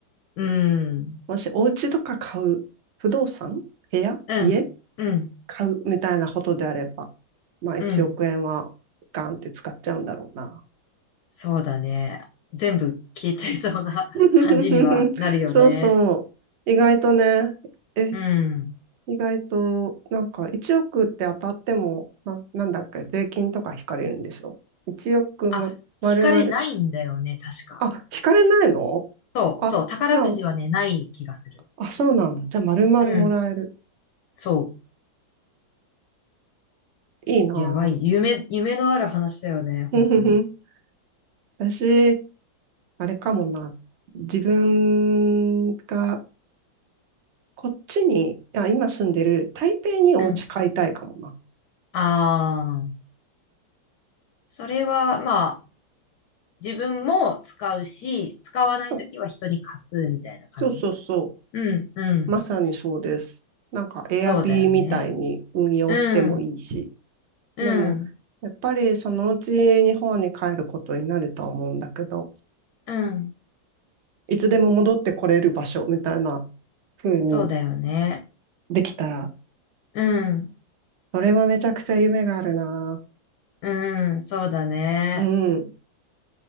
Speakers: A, on the left; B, on the right.
A: うん、
B: もしお家とか買う、不動産、部屋、
A: うん、
B: 家、
A: うん、
B: 買うみたいなことであれば、まあ1億円はガンって使っちゃうんだろうな。
A: うん。そうだね。全部消えちゃいそうな
B: <laughs>
A: <laughs> 感じにはなるよね。
B: そうそう。意外とね、え、
A: うん。
B: 意外と、なんか1億って当たっても、な、なんだっけ、税金とか引かれるんですよ。1億ま、
A: あ、
B: まるまる。
A: 引かれないんだよね、確か。
B: あ、引かれないのあ、
A: そう、そう、宝くじはね、
B: じゃあ、
A: ない気がする。
B: あ、そうなんだ。じゃあ、まるまるもらえる。
A: うん、そ
B: いいな
A: う。やばい。夢、夢のある話だよね、
B: ぁ。<laughs>
A: 本当に。
B: 私、あれかもな。自分がこっちに、あ、今住んでる台北にお家買いたいかもな。
A: うんああ、それは、まあ、自分も使うし、使わないときは人に貸すみたいな感じ
B: そうそうそうそ
A: うん、うん。
B: う。まさにそうです。なんか Airb
A: そうだよね。
B: みたいに運用してもいいし。
A: うん、うん、
B: でも、やっぱりそのうち日本に帰ることになると思うんだけど、
A: うん。
B: いつでも戻ってこれる場所みたいな風に
A: そうだよね。
B: できたら、
A: うん、
B: それはめちゃくちゃ夢があるな。
A: うん、そうだね。
B: うん。